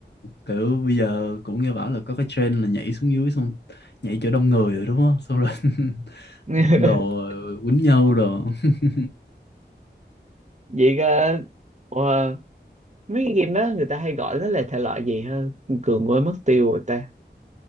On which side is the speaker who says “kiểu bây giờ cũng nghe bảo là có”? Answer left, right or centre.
Left